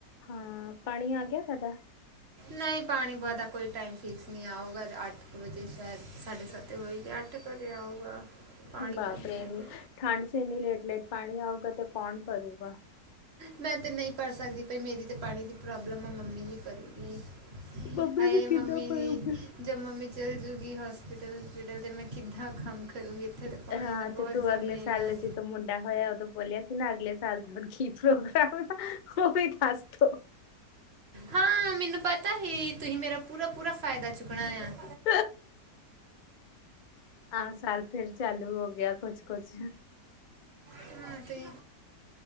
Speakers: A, on the left (about 80°); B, on the right (about 40°).
A: ਹਾਂ ਪਾਣੀ ਆ ਗਿਆ ਸਾਡਾ
B: ਨਹੀਂ ਪਾਣੀ ਪ ਦਾ ਕੋਈ ਟਾਈਮ ਫਿਕਸ ਨਹੀਂ ਆਊਗਾ ਅੱਠ ਕੁ ਵਜੇ ਸ਼ਾਇਦ ਸਾਢੇ ਸੱਤ ਤੇ ਹੋ ਗਿਆ ਅੱਠ ਤੇ ਭਰਿਆ ਆਊਗਾ। ਪਾਣੀ
A: ਬਾਪ
B: ਭਰਨਾ
A: ਰੇ ਏਨੀ
B: ਹੈ ਫਿਰ
A: ਠੰਡ 'ਚ ਏਨੀ ਲੇਟ ਲੇਟ ਪਾਣੀ ਆਊਗਾ ਤੇ ਕੌਣ ਭਰੂਗਾ।
B: ਮੈਂ ਤੇ ਨਹੀਂ ਭਰ ਸਕਦੀ ਪਈ ਮੇਰੀ ਤੇ ਪਾਣੀ ਦੀ ਪ੍ਰੋਬਲਮ ਆ ਮੰਮੀ ਹੀ ਭਰੂਗੀ।
A: ਮੰਮੀ
B: ਹਾਏ
A: ਵੀ ਕਿੱਦਾਂ
B: ਮੰਮੀ
A: ਭਰੂਗੀ
B: ਜੀ। ਜਦ ਮੰਮੀ ਚੱਲ ਜੂਗੀ ਹੋਸਪਿਟਲ- ਹੁਸਪਿਟਲ ਤਾਂ ਮੈਂ ਕਿੱਦਾਂ ਕੰਮ ਕਰੂੰਗੀ। ਇੱਥੇ ਤੇ ਪਾਣੀ
A: ਹਾਂ
B: ਦਾ ਬਹੁਤ
A: ਤੇ ਤੂੰ
B: ਝਮੇਲਾ
A: ਅਗਲੇ ਸਾਲ
B: ਹੈ।
A: ਦਾ ਜਦੋਂ ਮੁੰਡਾ ਹੋਇਆ ਉਦੋਂ ਬੋਲਿਆ ਸੀ ਨਾ ਅਗਲੇ ਸਾਲ ਦਾ ਹੁਣ ਕੀ ਪ੍ਰੋਗਰਾਮ ਉਹ ਵੀ ਦਸ ਦੋ।
B: ਹਾਂ ਮੈਨੂੰ ਪਤਾ ਹੀ ਤੁਸੀਂ ਮੇਰਾ ਪੂਰਾ -ਪੂਰਾ ਫਾਇਦਾ ਚੁੱਕਣਾ ਆ।
A: <inaudible> ਆ ਸਾਲ ਫੇਰ ਚਾਲੂ ਹੋ ਗਿਆ ਕੁਛ -ਕੁਛ
B: ਹੂੰ ਤੇ